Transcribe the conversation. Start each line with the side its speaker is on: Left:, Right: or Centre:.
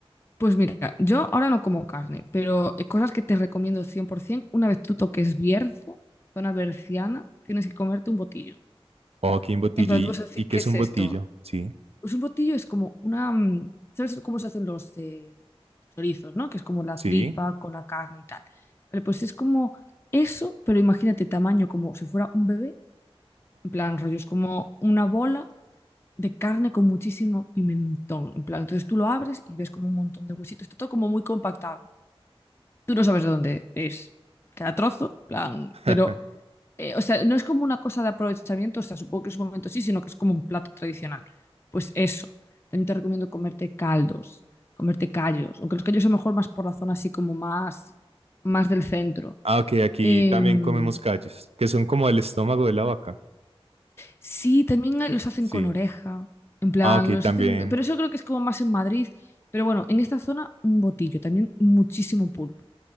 Left: Pues mira, yo ahora no como carne, pero eh, cosas que te recomiendo 100%, una vez tú toques Bierzo, zona berciana, tienes que comerte un botillo.
Right: Oh, qué un botillo.
Left: En plan,
Right: ¿Y,
Left: tú vas a decir,
Right: y qué
Left: ¿qué
Right: es
Left: es
Right: un
Left: esto?
Right: botillo? Sí.
Left: Pues un botillo es como una... mm, ¿Sabes cómo se hacen los, eh, los chorizos, ¿no? Que es como la
Right: Sí.
Left: tripa con la carne y tal. Vale, pues es como eso, pero imagínate tamaño como si fuera un bebé. En plan, rollo, es como una bola de carne con muchísimo pimentón. En plan, entonces tú lo abres y ves como un montón de huesitos. Está todo como muy compactado. Tú no sabes de dónde es cada trozo, en plan,
Right: <laughs>
Left: pero eh, o sea, no es como una cosa de aprovechamiento, o sea, supongo que en su momento sí, sino que es como un plato tradicional. Pues eso. También te recomiendo comerte caldos, comerte callos, aunque los callos son mejor más por la zona así como más, más del centro.
Right: Ah, ok, aquí
Left: Em,
Right: también comemos callos, que son como el estómago de la vaca.
Left: sí, también hay- los hacen
Right: Sí.
Left: con oreja, en plan,
Right: Ah, ok,
Left: los
Right: también
Left: hacen, pero eso creo que es como más en Madrid. Pero bueno, en esta zona un botillo, también muchísimo pulpo,